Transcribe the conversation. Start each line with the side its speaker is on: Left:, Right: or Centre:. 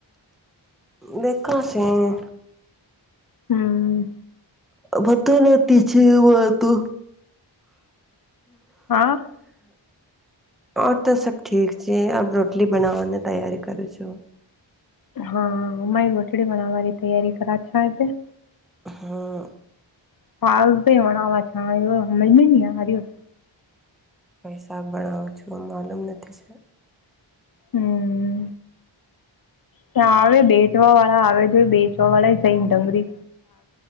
Centre: દેખો શી
Left: હમ.
Centre: મનતો નતી છે વાતું
Left: હા
Centre: <inaudible> અ તો સબ ઠીક છે, અબ રોટલી બનાવાની તૈયારી કરું છું.
Left: હા અમારી રોટડી બનાવાની તૈયારી કરા છે.
Centre: હમ્મ.
Left: ફાલ તો હોણા છા હમજમેં નહી આ રયો.
Centre: સાંભળવા છું એ માલુમ નથી છે.
Left: હમ્મ ત્યા આવે બેચવા વાળા આવે જોઈ બેચવા વાળા જઈને ડંગરી